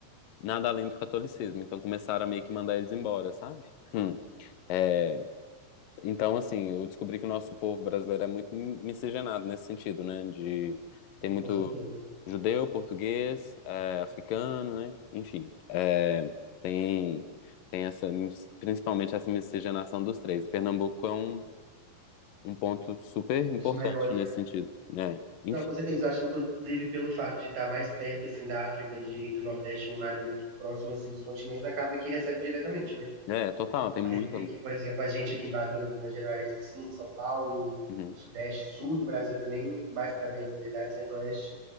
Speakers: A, on the left; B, on the right.
A: nada além do catolicismo, então começaram a meio que mandar eles embora, sabe? Hum. É, então, assim, eu descobri que o nosso povo brasileiro é muito mi- miscigenado nesse sentido, né? De, tem muito
B: Com certeza.
A: judeu, português, é, africano, né? Enfim, é, tem, tem essa, mis- principalmente essa miscigenação dos três. E Pernambuco é um, um ponto super
B: Um
A: importante
B: dos maiores,
A: nesse
B: né?
A: sentido, né? Enfim,
B: Não, com certeza. Eu acho, inclusive, pelo fato de estar mais perto, assim, da África de, e do Nordeste, uma área muito próxima, assim, dos continentes, acaba que recebe diretamente, né?
A: é, total, tem
B: Mais
A: muita.
B: do que aqui, por exemplo, a gente aqui embaixo, por exemplo, em Minas Gerais, assim, São Paulo,
A: Uhum.
B: Sudeste, Sul do Brasil também, mais para dentro, na verdade, Centro-Oeste,